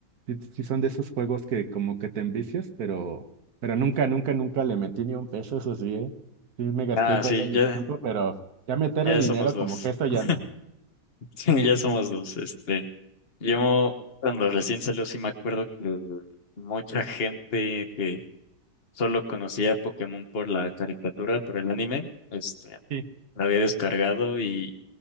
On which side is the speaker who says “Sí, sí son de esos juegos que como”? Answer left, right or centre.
Right